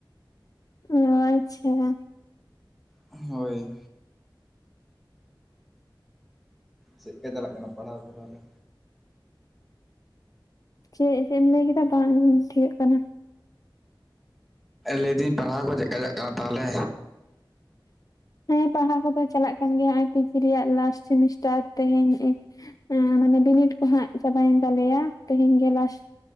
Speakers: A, on the left; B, in the centre.
A: ᱚᱻ ᱟᱪᱪᱷᱟ..
B: ᱦᱳᱭ ᱪᱮᱫ ᱛᱮ ᱪᱟᱞᱟᱜ ᱠᱟᱱᱟ ᱯᱟᱲᱦᱟᱣ ᱠᱚ‌ ᱛᱟᱦᱞᱮ
A: ᱪᱮᱫ ᱪᱮᱫ ᱮᱢ ᱞᱟᱹᱭ ᱠᱮᱫᱟ ᱵᱟᱝ ᱴᱷᱤᱠᱟᱹᱜ ᱠᱟᱱᱟ
B: ᱞᱟᱹᱭᱫᱤᱧ ᱯᱟᱲᱦᱟᱣ ᱠᱚ ᱪᱮᱫ ᱞᱮᱠᱟ ᱪᱟᱞᱟᱜ ᱠᱟᱱᱟ ᱠᱟ ᱛᱟᱦᱚᱞᱮ?
A: ᱦᱮᱸ ᱯᱟᱲᱦᱟᱣ ᱠᱚ ᱫᱚ ᱪᱟᱞᱟᱜ ᱠᱟᱱ ᱜᱮᱭᱟ ᱯᱤᱡᱤ ᱨᱮᱭᱟᱜ ᱞᱟᱥᱴ ᱥᱮᱢᱤᱥᱴᱟᱨ ᱛᱮᱦᱮᱧ ᱤᱧ...... ᱮᱸ... ᱢᱟᱱᱮ ᱵᱤᱱᱤᱰ ᱠᱚ ᱦᱟᱸᱜ ᱪᱟᱵᱟᱭᱮᱱ ᱛᱟᱞᱮᱭᱟ ᱛᱮᱦᱮᱧ ᱜᱮ ᱞᱟᱥᱴ